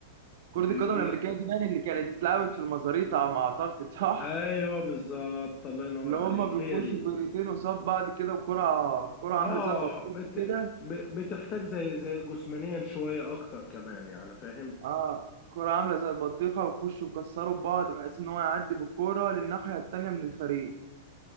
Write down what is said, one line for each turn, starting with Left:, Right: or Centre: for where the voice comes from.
Right: كرة
Left: بيقول
Right: القدم الأمريكية
Left: لك
Right: دي يعني اللي كانت اتلعبت في المزاريطة على ما أعتقد صح؟
Left: أيوه بالظبط الله ينور
Right: اللي
Left: عليك
Right: هما بيخشوا
Left: هي دي
Right: فرقتين قصاد بعض كده وكرة كرة عاملة
Left: آه
Right: زي البطيخة
Left: بت
Right: كده
Left: ب- بتحتاج زي زي جسمانيا شوية أكتر كمان يعني فاهم
Right: اه كرة عاملة زي البطيخة ويخشوا يكسروا بعض بحيث إن هو يعدي بالكرة للناحية التانية من الفريق